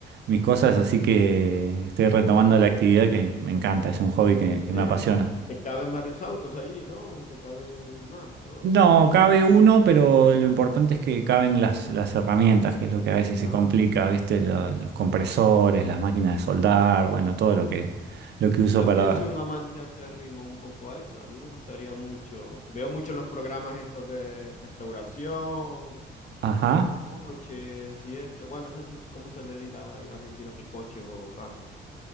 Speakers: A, on the right; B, on the left.
A: mis cosas, así que estoy retomando
B: Ah,
A: la actividad que me encanta, es un hobby que,
B: y
A: que
B: te,
A: me apasiona.
B: y te caben varios autos allí, ¿no? Te caben más ahora.
A: No, cabe uno, pero lo importante es que caben las, las herramientas, que es lo que a veces se
B: Ah,
A: complica, ¿viste? Lo- los compresores, las máquinas de soldar, bueno, todo lo que, lo que uso
B: sabes
A: para...
B: que yo soy un amante acérrimo un poco a eso. A mí me gustaría mucho. Veo mucho los programas estos de restauración
A: Ajá.
B: de coches y esto. Bueno, no sé si es- cómo se le dirá en Argentina si coches o carros.